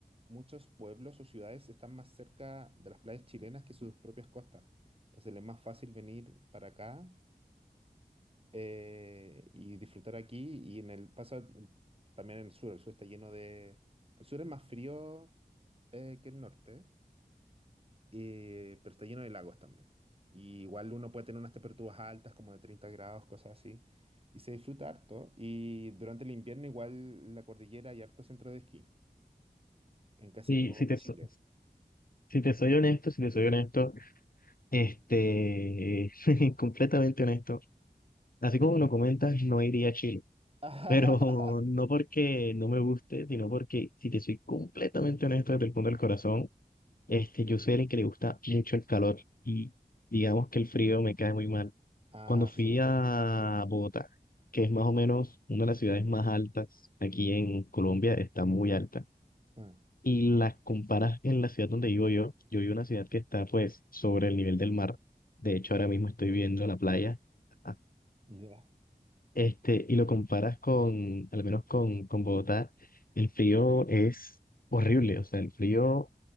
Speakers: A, on the right; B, on the left.
A: muchos pueblos o ciudades están más cerca de las playas chilenas que sus propias costas. Entonces les es más fácil venir para acá eh, y disfrutar aquí. Y en el pasa mm, también en el sur, el sur está lleno de... El sur es más frío eh, que el norte eh, pero está lleno de lagos también. Y igual uno puede tener unas temperaturas altas, como de 30 grados, cosas así, y se disfruta harto. Y durante el invierno igual la cordillera hay harto centro de esquí, en casi
B: Sí,
A: todo
B: sí te,
A: Chile.
B: so- Si te soy honesto, si te soy honesto, este, <laughs> completamente honesto, así como lo comentas, no iría a Chile,
A: <laughs>
B: pero <laughs> no porque no me guste, sino porque si te soy completamente honesto desde el punto del corazón, este, yo soy alguien que le gusta mucho el calor y digamos que el frío me cae muy mal.
A: Ah,
B: Cuando fui
A: sí.
B: a Bogotá, que es más o menos una de las ciudades más altas aquí en Colombia, está muy alta
A: Ah,
B: y las comparas en la ciudad donde vivo yo, yo vivo en una ciudad que está pues sobre el nivel del mar, de hecho ahora mismo estoy viendo la playa, <gasps> <laughs>
A: ya.
B: este, y lo comparas con, al menos con, con Bogotá, el frío es horrible, o sea, el frío